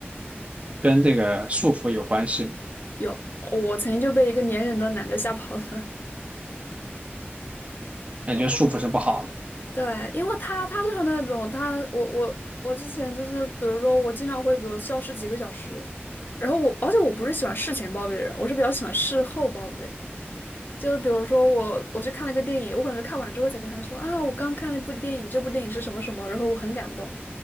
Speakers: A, on the right (about 30°); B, on the left (about 55°).
A: 跟这个束缚有关系吗？
B: 有，我曾经就被一个粘人的男的吓跑了。
A: 那你觉得束缚是不好的
B: <laughs> 对，因为他他就是那种他，我我我之前就是，比如说我经常会，比如消失几个小时，然后我，而且我不是喜欢事前报备的人，我是比较喜欢事后报备。就是比如说我我去看了一个电影，我可能是看完之后才跟他说啊，我刚看了一部电影，这部电影是什么什么，然后我很感动。